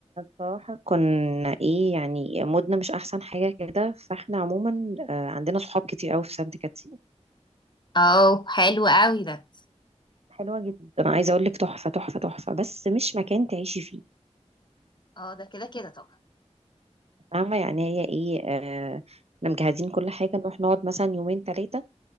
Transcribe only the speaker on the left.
اه حلو قوي ده
اه ده كده كده طبعا